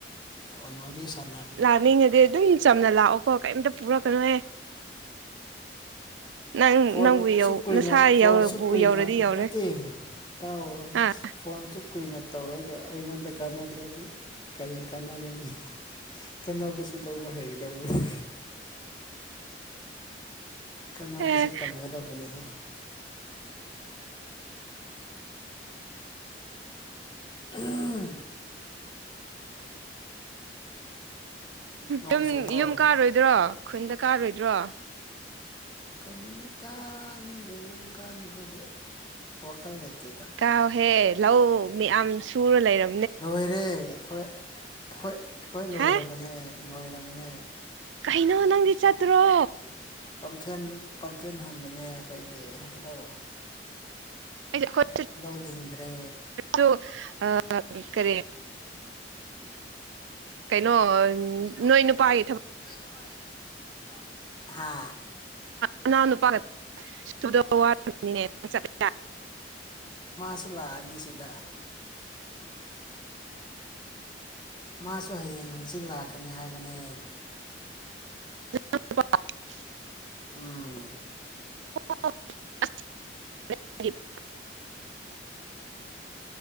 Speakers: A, on the left (about 25°); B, on the right (about 90°).
A: ꯐꯣꯟ ꯋꯥꯔꯤ ꯁꯥ
B: ꯂꯥꯛꯅꯤꯡꯉꯗꯤ ꯑꯗꯨꯝ ꯆꯝꯅ ꯂꯥꯛꯑꯣꯀꯣ ꯀꯩꯝꯇ ꯄꯨꯔꯛꯀꯅꯨꯍꯦ ꯅꯪ
A: ꯐꯣꯟ
B: ꯅꯪꯕꯨ
A: ꯑꯁꯨꯛ
B: ꯌꯧ
A: ꯀꯨꯏꯅ
B: ꯅꯁꯥ
A: ꯐꯣꯟ
B: ꯌꯧꯕꯨ
A: ꯑꯁꯨꯛ ꯀꯨꯏꯅ
B: ꯌꯧꯔꯗꯤ ꯌꯧꯔꯦ
A: ꯅꯠꯇꯦ ꯇꯥꯛꯑꯣ ꯑꯁ
B: ꯑꯥ
A: ꯐꯣꯟ ꯑꯁꯨꯛ ꯀꯨꯏꯅ ꯇꯧꯔꯒ ꯑꯩꯉꯣꯟꯗ ꯀꯥꯟꯅꯗ꯭ꯔꯗꯤ ꯀꯔꯤ ꯀꯥꯟꯅꯒꯅꯤ ꯀꯥꯟꯅꯕꯁꯨ ꯂꯧꯕ ꯍꯩꯒꯗꯧꯕꯅꯤ ꯀꯥꯟꯅꯕꯁꯨ
B: ꯑꯦ
A: ꯇꯝꯒꯗꯕꯅꯦꯍꯦ <unintelligible> ꯅꯣꯡ
B: ꯌꯨꯝ
A: ꯆꯨꯕ꯭ꯔꯣ
B: ꯌꯨꯝ ꯀꯥꯔꯣꯏꯗ꯭ꯔꯣ ꯈꯨꯟꯗ ꯀꯥꯔꯣꯏꯗ꯭ꯔꯣ
A: ꯈꯨꯟ ꯀꯥꯅꯤꯡꯗꯦ ꯌꯨꯝ ꯀꯥꯟꯅꯕꯁꯦ ꯋꯥꯈꯜ ꯂꯩꯇꯦꯗ
B: ꯀꯥꯎꯍꯦ ꯂꯧ ꯃꯤꯌꯥꯝ ꯁꯨꯔ ꯂꯩꯔꯝ
A: ꯂꯣꯏꯔꯦ ꯑꯩꯈꯣꯏ ꯑꯩꯈꯣꯏ ꯑꯩꯈꯣꯏ ꯂꯣꯏꯔꯕꯅꯦ
B: ꯍꯥ
A: ꯂꯣꯏꯔꯕꯅꯦ
B: ꯀꯩꯅꯣ ꯅꯪꯗꯤ ꯆꯠꯇ꯭ꯔꯣ
A: ꯄꯝꯐꯦꯟ ꯄꯝꯐꯦꯟ ꯍꯨꯟꯕꯅꯦ ꯑꯩꯈꯣꯏꯗꯤ ꯂꯧ
B: ꯑꯩꯗꯤ ꯑꯩꯈꯣꯏ
A: ꯂꯧ ꯂꯤꯡꯗ꯭ꯔꯦ
B: ꯑꯗꯨ ꯑꯥ ꯀꯔꯤ ꯀꯩꯅꯣ
A: ꯀꯩꯅꯣ
B: ꯅꯣꯏ ꯅꯨꯄꯥꯒꯤ ꯊꯕꯛ
A: ꯅꯣꯏ ꯅꯨꯄꯥꯒꯤ ꯊꯥꯕꯛꯔꯣ ꯍꯥ
B: ꯅꯅꯥꯎ ꯅꯨꯄꯥ <unintelligible>
A: ꯃꯥꯁꯨ ꯂꯥꯛꯑꯅꯤ ꯁꯤꯗ ꯃꯥꯁꯨ ꯍꯌꯦꯡ ꯍꯪꯆꯤꯠ ꯂꯥꯛꯀꯅꯤ ꯍꯥꯏꯕꯅꯦ
B: <unintelligible>
A: ꯎꯝ
B: <unintelligible>